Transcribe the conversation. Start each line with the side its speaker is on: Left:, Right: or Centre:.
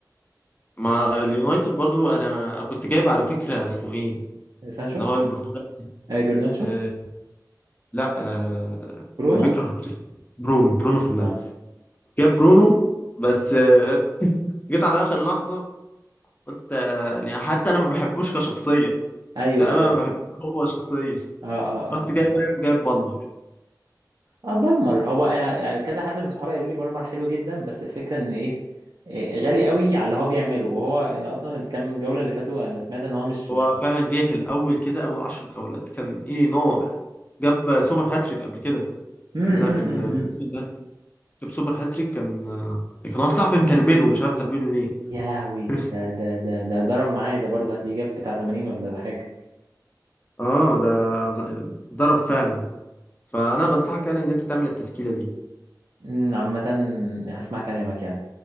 Left: مع اليونايتد برضو انا كنت جايب على فكره اسمه ايه
Right: سانشو
Left: اللي هو البرتغالي
Right: آه، جرناتشو
Left: آه لا آه
Right: برونو
Left: اللي بيكره كريستيانو برونو برونو فرنانديز
Right: اه
Left: جاب برونو بس آه جيت على اخر لحظه قلت آه يعني حتى انا ما بحبوش كشخصيه
Right: ايوه
Left: يعني
Right: ايوه
Left: انا ما بحبوش هو شخصيا
Right: اه اه اه
Left: رحت جايب
Right: اه
Left: جايب بالمر
Right: آه، بالمر هو يعني كذا حد من صحابي قالوا لي بالمر حلو جدا بس الفكرة ان ايه إيه، غالي قوي على اللي هو بيعمله وهو آه، اصلا الكام جولة اللي فاتوا انا سمعت ان هو مش
Left: هو
Right: مش
Left: فعلا جه في الاول كده اول 10 جولات كان ايه نار جاب سوبر هاتريك قبل كده
Right: كويس.
Left: في لا في السيزون ده جاب سوبر هاتريك كان كان واحد صاحبي متربله مش عارف تربله ليه
Right: يا لهوي
Left: <laughs>
Right: ده ده ده ده ضرب معايا ده برضه هتلاقيه جاب بتاع 80 ولا ده حاجة
Left: اه ده ضرب فعلا فانا بنصحك يعني ان انت تعمل التشكيله دي
Right: أمم، عامة هسمع كلامك يعني